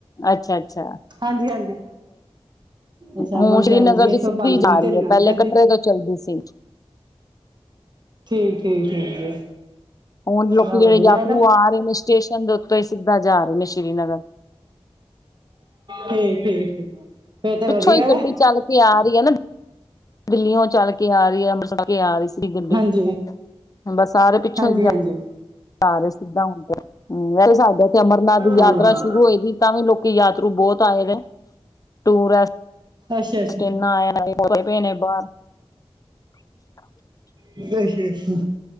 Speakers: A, on the left (about 35°); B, on the right (about 45°).
A: ਅੱਛਾ, ਅੱਛਾ।
B: ਹਾਂਜੀ, ਹਾਂਜੀ। ਅ ਸ਼ਾਮਾ
A: ਹੁਣ
B: ਨੂੰ
A: ਸ੍ਰੀਨਗਰ
B: ਜਾਂਦੀ ਏ ਇੱਥੋਂ
A: ਦੀ ਸਿੱਧੀ
B: ਪੰਜ
A: ਜਾ
B: ਵੀਹ
A: ਰਹੀ ਏ
B: ਲੰਗ
A: ਪਹਿਲੇ
B: ਜਾਂਦੀ।
A: ਕਟਰੇ ਤੋਂ ਚੱਲਦੀ ਸੀ
B: ਠੀਕ-ਠੀਕ, ਠੀਕ ਜੀ।
A: ਹੁਣ ਲੋਕੀ
B: ਚਲੋ ਵਧੀਆ
A: ਜੇੜੇ ਯਾਤਰੂ
B: ਨਾ
A: ਆ ਰੇ ਨੇ ਸਟੇਸ਼ਨ ਦੇ ਉੱਤੋ ਈ ਸਿੱਧਾ ਜਾ ਰੇ ਨੇ ਸ਼੍ਰੀਨਗਰ।
B: ਠੀਕ-ਠੀਕ, ਠੀਕ। ਫੇਰ ਤੇ
A: ਪਿੱਛੋਂ
B: ਵਧੀਆ
A: ਈ
B: ਨਾ
A: ਗੱਡੀ ਚੱਲ ਕੇ ਆ ਰੀ ਐ ਨਾ। ਦਿਲੀਓ ਚੱਲ ਕੇ ਆ ਰੀ ਐ, ਅੰਬਰਸਰ ਕੇ ਆ ਰੀ ਸੀ ਗੱਡੀ।
B: ਹਾਂਜੀ
A: ਹੁਣ ਬਸ ਸਾਰੇ ਪਿੱਛੋਂ
B: ਹਾਂਜੀ
A: ਹੀ ਜਾ
B: ਹਾਂਜੀ
A: ਜਾ ਰੇ ਸਿੱਧਾ ਹੁਣ ਤੇ ਹੂੰ ਅਰੇ ਸਾਡੇ ਇਥੇ ਅਮਰਨਾਥ ਦੀ
B: ਹਾਂਜੀ
A: ਯਾਤਰਾ
B: ਅੱਛਾ
A: ਸ਼ੁਰੂ ਹੋਈ ਦੀ ਤਾਂ ਵੀ ਲੋਕੀ ਯਾਤਰੂ ਬੋਤ ਆਏ ਨੇ ਟੂਰੈ ਸਟ
B: ਅੱਛਾ ਅੱਛਾ
A: ਆਏ ਪਏ ਨੇ ਬਾਹਰ <inaudible>
B: ਅੱਛਾ ਅੱਛਾ